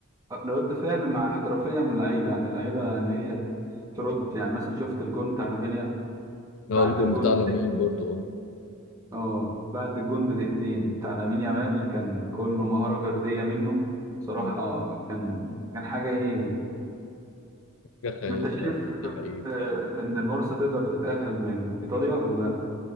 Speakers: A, on the right (about 15°); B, on the left (about 65°).
A: رد فعل مع احترافية من اللعيبة يعني اللعيبة ان هي ترد يعني مثلا شفت الجون بتاع رافينيا
B: هو
A: بعد
B: الجون
A: الجون
B: بتاع لامين برضو اه
A: اه بعد الجون بدقيقتين بتاع لامين يامال كان كله مهارة فردية منه صراحة
B: مم.
A: كان كان حاجة ايه
B: حاجة خيال
A: انت شايف
B: فعلا دي حقيقة
A: آه، ان البارسا تقدر تتأهل من ايطاليا ولا